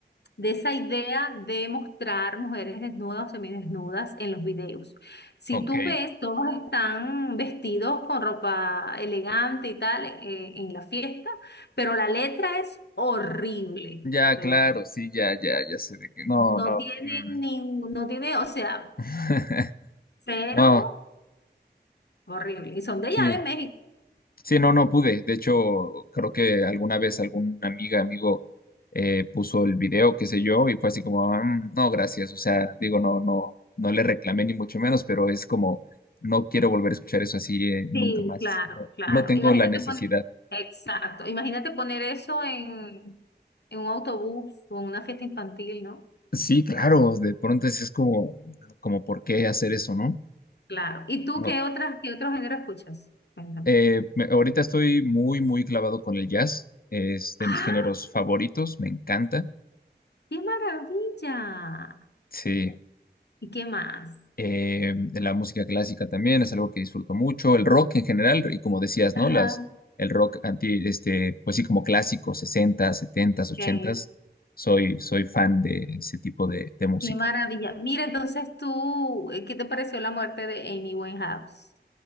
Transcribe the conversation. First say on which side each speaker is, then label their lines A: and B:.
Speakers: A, on the left (about 70°); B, on the left (about 55°).
A: de esa idea de mostrar mujeres desnudas o semidesnudas en los videos. Si
B: Ok.
A: tú ves, todos están vestidos con ropa elegante y tal, eh, en la fiesta, pero la letra es horrible,
B: Ya,
A: de
B: claro,
A: verdad.
B: sí, ya, ya, ya sé de qué. No,
A: No
B: no.
A: tiene
B: mm.
A: ningún, no tiene, o sea,
B: <laughs>
A: cero.
B: No,
A: Horrible. Y son de
B: sí.
A: allá de México.
B: Sí, no, no pude. De hecho, creo que alguna vez alguna amiga, amigo eh, puso el video, qué sé yo, y fue así como, "Ah, "Mm, no, gracias. O sea, digo, no, no, no le reclamé ni mucho menos, pero es como, no quiero volver a escuchar eso así eh, nunca
A: Sí,
B: más.
A: claro,
B: No,
A: claro.
B: no tengo
A: Imagínate
B: la necesidad.
A: poner, exacto. Imagínate poner eso en, en un autobús o en una fiesta infantil, ¿no?
B: Sí, claro, de pronto es, es como, como, ¿por qué hacer eso, no?
A: Claro. ¿Y tú
B: No.
A: qué otras, qué otro género escuchas? Cuéntame.
B: Eh, me- ahorita estoy muy, muy clavado con el jazz. Es de
A: ¡Ah!
B: mis géneros favoritos, me encanta.
A: ¡Qué maravilla!
B: Sí.
A: ¿Y qué más?
B: Eh, la música clásica también es algo que disfruto mucho. El rock en general, y como decías,
A: Ajá.
B: ¿no? Las, el rock anti, este, pues sí, como clásico, 60 70, 80.
A: ok.
B: Soy, soy fan de ese tipo de, de música.
A: ¡Qué maravilla! Mira, entonces tú, eh, ¿qué te pareció la muerte de Amy Winehouse?